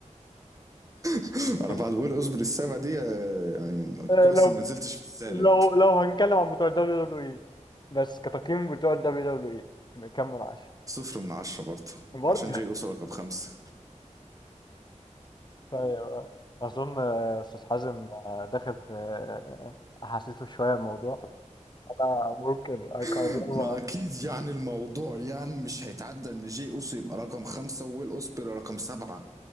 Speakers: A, on the right (about 25°); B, on the left (about 35°).
A: <laughs> انا
B: <laughs>
A: بعد ويل اوزبري السابع دي آه، يعني
B: آه
A: كويس
B: لو
A: اني ما نزلتش في السالب
B: لو لو هنتكلم عن بتوع الدبليو دبليو اي بس كتقييم بتوع الدبليو دبليو اي كام من عشرة
A: صفر من عشرة برضه
B: برضه
A: عشان جاي
B: <laughs>
A: اوسو رقم خمسة
B: طيب أظن آه، أستاذ حازم آه، داخل في آه، أحاسيسه شوية الموضوع أنا ممكن أقيمه
A: <laughs> ما اكيد يعني الموضوع يعني مش هيتعدى ان جاي اوسو يبقى رقم خمسة وويل اوسبري رقم سبعة